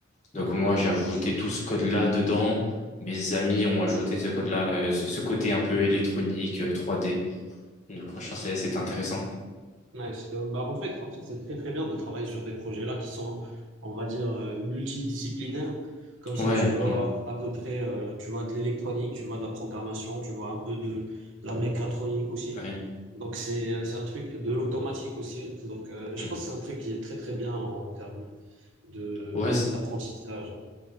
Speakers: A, on the left; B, on the right.
A: Donc
B: ok,
A: moi
B: d'accord.
A: j'ai ajouté tout ce code-là dedans. Mes amis ont ajouté ce code-là, euh, ce, ce côté un peu électronique, euh, 3D. Donc franchement, c'est c'est intéressant.
B: Ouais, c'est- bah, en fait, en fait, c'est très très bien de travailler sur des projets-là qui sont, on va dire, euh, multidisciplinaires. Comme ça,
A: Ouais,
B: tu vois
A: vraiment.
B: à peu près, euh, tu vois de l'électronique, tu vois de la programmation, tu vois un peu de la mécatronique aussi.
A: Ouais,
B: Donc, c'est, euh, c'est un truc de l'automatique aussi. Donc, euh,
A: Mm.
B: je pense que c'est un truc qui est très très bien en termes de,
A: ouais, c'est-
B: d'apprentissage.